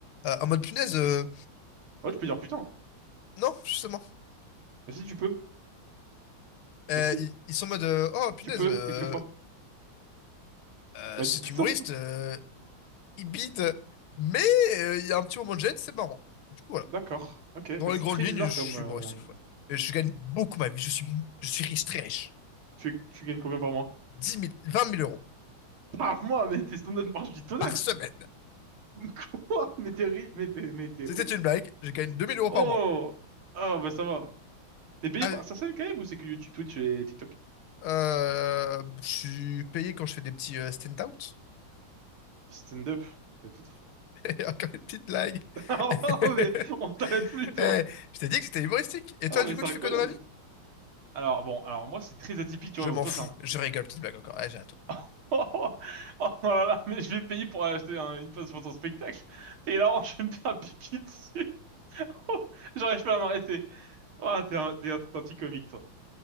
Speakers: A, on the left; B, on the right.
A: Euh, en mode, punaise, euh,
B: Ouais, tu peux dire putain. hein.
A: non, justement.
B: Bah si, tu peux.
A: Euh,
B: Bah si,
A: ils, ils sont en mode, euh, oh, punaise,
B: tu peux,
A: euh,
B: quelquefois.
A: euh,
B: Bah
A: cet
B: dis putain.
A: humoriste, euh, il bide, mais euh, il y a un petit moment de gêne, c'est marrant.
B: <laughs>
A: Du coup, voilà.
B: D'accord. Ok,
A: Dans
B: bah
A: les
B: c'est
A: grandes
B: très
A: lignes,
B: bizarre
A: je suis
B: comme... euh,
A: humoriste. ouais. Et je gagne beaucoup ma vie. Je suis, je suis riche, très riche.
B: Tu, tu gagnes combien par mois?
A: Dix mille, vingt mille euros
B: <laughs> Par mois, mais tes stand-up marche du tonnerre.
A: par semaine.
B: <laughs> Quoi? Mais t'es ri... mais t'es, mais t'es
A: C'était
B: ouf.
A: une blague. Je gagne deux mille euros
B: Oh!
A: par mois.
B: Ah bah ça va. T'es payé
A: Allez,
B: par SACEM quand même ou c'est que YouTube, Twitch et TikTok?
A: euh, je suis payé quand je fais des petits euh, stand-out.
B: Stand-up, peut-être. <laughs>
A: <laughs> Et Encore une petite blague.
B: Ah
A: <laughs>
B: mais on t'arrête plus toi.
A: Eh, je t'ai dit que c'était humoristique. Et
B: Ah
A: toi, du
B: mais
A: coup,
B: c'est
A: tu
B: incroyable.
A: fais quoi dans la vie?
B: Alors bon, alors moi c'est très atypique,
A: Je
B: tu vois.
A: m'en
B: Toi
A: fous.
B: c'est un
A: Je rigole, petite blague encore. Allez, j'ai à toi.
B: <laughs> Oh, oh, oh là là, mais je vais payer pour aller acheter un- une place pour ton spectacle. Et là, <laughs> je vais me faire pipi dessus. <laughs> J'arrive pas à m'arrêter. Ah, t'es un, t'es un, t'es un petit comique, toi.